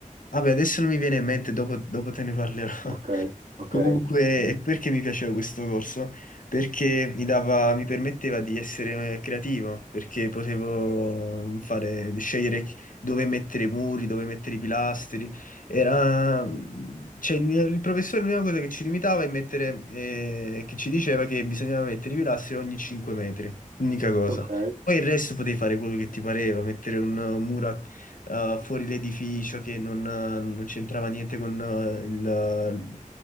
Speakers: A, on the left (about 80°); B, on the right (about 70°).
A: Vabbè, adesso non mi viene in mente, dopo, dopo te ne parlerò.
B: ok, ok,
A: Comunque, e perché mi piaceva questo corso? Perché mi dava, mi permetteva di essere eh, creativo, perché potevo mm, fare, di scegliere chi- dove mettere i muri, dove mettere i pilastri. Era, mm, cioè, il, mio- il professore l'unica cosa che ci limitava è mettere, eh, che ci diceva che bisognava mettere i pilastri ogni 5 metri, unica cosa.
B: ok.
A: Poi il resto potevi fare quello che ti pareva, mettere un eh, muro a eh, fuori l'edificio che non, eh, non c'entrava niente con eh, il,